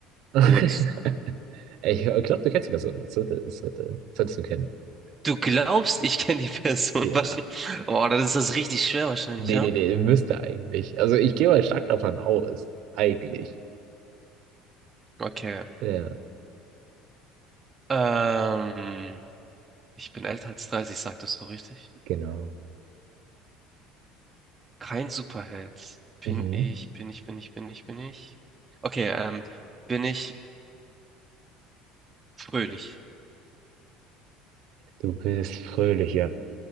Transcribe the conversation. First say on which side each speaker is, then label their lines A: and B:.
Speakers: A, on the right; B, on the right.
A: <laughs>
B: gut.
A: Ich glaube, du kennst die Person. Das sollte, das sollte, solltest du kennen.
B: Du glaubst, ich kenne die Person
A: Ja.
B: <laughs> wahrscheinlich. Oh, dann ist das richtig schwer wahrscheinlich,
A: Nee,
B: ja?
A: nee, nee, müsste eigentlich. Also ich gehe mal stark davon aus. Eigentlich.
B: Okay.
A: Ja,
B: Ähm. Ich bin älter als 30, sagtest du richtig?
A: genau.
B: Kein Superheld. Bin
A: Mhm.
B: ich, bin ich, bin ich, bin ich, bin ich. Okay, ähm, bin ich fröhlich?
A: Du bist fröhlich, ja.